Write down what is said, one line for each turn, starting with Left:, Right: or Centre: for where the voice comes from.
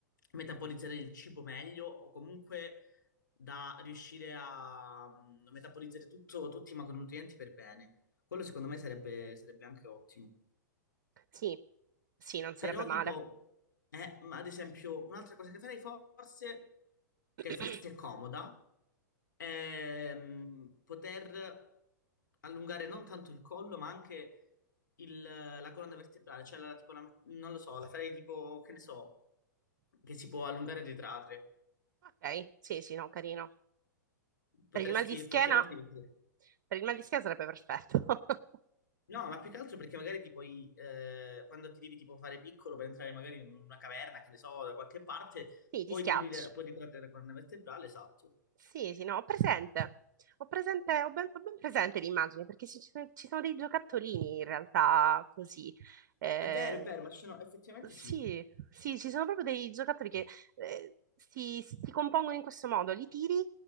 Left: metabolizzare il cibo meglio o comunque da riuscire a mm, metabolizzare tutto, tutti i macronutrienti per bene. Quello secondo me sarebbe, sarebbe anche ottimo.
Right: Sì, sì, non sarebbe
Left: Però
Right: male.
Left: tipo, eh, ma ad esempio, un'altra cosa che farei forse, che
Right: <clears throat>
Left: forse è comoda, è mm, poter allungare non tanto il collo, ma anche il- la colonna vertebrale. Cioè, la- tipo, la- non lo so, la farei tipo, che ne so, che si può allungare e ritrarre.
Right: Ok, sì, sì, no, carino.
Left: Potresti
Right: Per il mal di schiena,
Left: effettivamente diventare...
Right: per il mal di schiena sarebbe perfetto. <laughs>
Left: No, ma più che altro perché magari ti puoi, eh, quando ti devi tipo fare piccolo per entrare magari in una caverna, che ne so, da qualche parte,
Right: Sì,
Left: puoi
Right: ti schiacci.
Left: diminuire, puoi ritrarre la colonna vertebrale, esatto.
Right: Sì, sì, no, ho presente. Ho presente, ho ben, ho ben presente l'immagine perché ci, ci sono ci sono dei giocattolini in realtà così. Eh,
Left: È vero, è vero, ma ci sono, effettivamente
Right: sì,
Left: sì.
Right: sì, ci sono proprio dei giocattoli che eh, si, si- si compongono in questo modo, li tiri